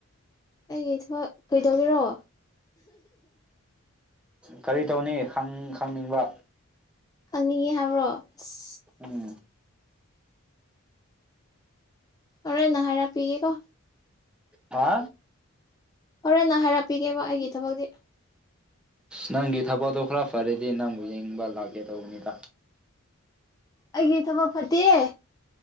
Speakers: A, on the left; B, in the centre.
A: ꯑꯩꯒꯤ ꯊꯕꯛ ꯀꯩꯗꯧꯒꯦꯔꯣ
B: ꯀꯔꯤ ꯇꯧꯅꯤ ꯈꯪ ꯈꯪꯅꯤꯡꯕ
A: ꯈꯪꯅꯤꯡꯉꯤ ꯍꯥꯏꯕ꯭ꯔꯣ ꯑꯁ
B: ꯎꯝ
A: ꯍꯣꯔꯦꯟ ꯍꯥꯢꯔꯛꯄꯤꯒꯦꯒꯣ
B: ꯍꯥ
A: ꯍꯣꯔꯦꯟꯅ ꯍꯥꯏꯔꯛꯄꯤꯒꯦꯕ ꯑꯩꯒꯤ ꯊꯕꯛꯇꯤ
B: ꯅꯪꯒꯤ ꯊꯕꯛꯗꯣ ꯈꯔ ꯐꯔꯗꯤ ꯅꯪꯕꯨ ꯌꯦꯡꯕ ꯂꯥꯛꯀꯦ ꯇꯧꯕꯅꯤꯗ
A: ꯑꯩꯒꯤ ꯊꯕꯛ ꯐꯠꯇꯤꯌꯦ